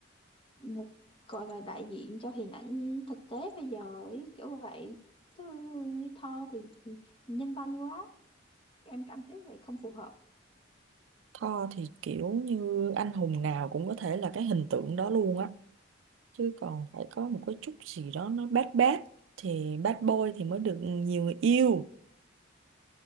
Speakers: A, on the left; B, on the right.
A: một gọi là đại diện cho hình ảnh thực tế bây giờ ấy kiểu vậy chứ Thor thì nhân văn quá em cảm thấy vậy không phù hợp
B: Thor thì kiểu như anh hùng nào cũng có thể là cái hình tượng đó luôn á chứ còn phải có một cái chút gì đó nó bad bad thì bad boy thì mới được nhiều người yêu